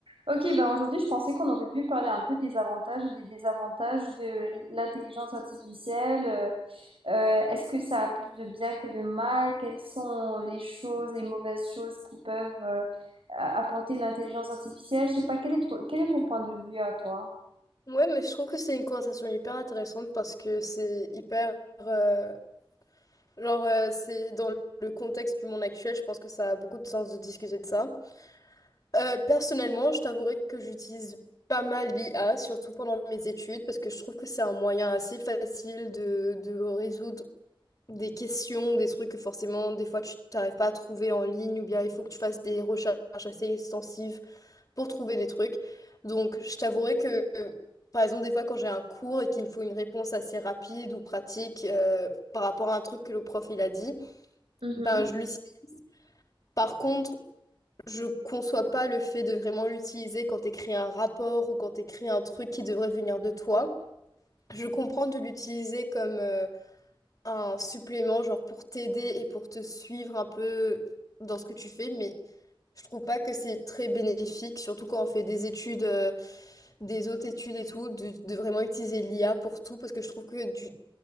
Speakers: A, on the right; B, on the left.
A: Ok, ben aujourd'hui, je pensais qu'on aurait pu parler un peu des avantages et des désavantages de l'intelligence artificielle. Euh, euh, est-ce que ça a plus de bien que de mal? Quelles sont les choses, les mauvaises choses qui peuvent euh, a- apporter l'intelligence artificielle? Je sais pas, quel est ton, quel est ton point de vue à toi?
B: Ouais, mais je trouve que c'est une conversation hyper intéressante parce que c'est hyper... euh, genre, euh, c'est dans le contexte du monde actuel, je pense que ça a beaucoup de sens de discuter de ça. Euh, personnellement, je t'avouerai que j'utilise pas mal l'IA, surtout pendant mes études, parce que je trouve que c'est un moyen assez facile de, de résoudre des questions, des trucs que forcément, des fois, tu t'arrives pas à trouver en ligne, ou bien il faut que tu fasses des recherches assez extensives pour trouver des trucs. Donc, je t'avouerai que, euh, par exemple, des fois, quand j'ai un cours et qu'il me faut une réponse assez rapide ou pratique euh, par rapport à un truc que le prof il a dit,
A: Mhm,
B: ben, je l'utilise. Par contre, je conçois pas le fait de vraiment l'utiliser quand tu écris un rapport ou quand tu écris un truc qui devrait venir de toi. Je comprends de l'utiliser comme euh, un supplément, genre pour t'aider et pour te suivre un peu dans ce que tu fais, mais je trouve pas que c'est très bénéfique, surtout quand on fait des études. euh, des autres études et tout, de, de vraiment utiliser l'IA pour tout, parce que je trouve que du-